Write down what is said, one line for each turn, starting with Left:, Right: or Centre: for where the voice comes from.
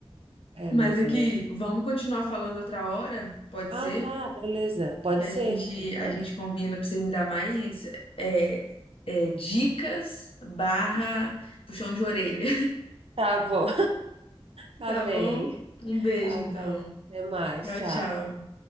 Right: É,
Left: Mas
Right: mas
Left: é
Right: é.
Left: que vamos continuar falando outra hora, pode
Right: Ah,
Left: ser?
Right: tá, beleza, pode
Left: Que a
Right: ser.
Left: gente a
Right: Aham,
Left: gente combina pra você me dar mais é, é, dicas barra puxão de orelha.
Right: Tá bom. Tá
Left: Tá
Right: bem.
Left: bom? Um beijo,
Right: Tá
Left: então.
Right: bom. Até mais.
Left: Tchau,
Right: Tchau.
Left: tchau.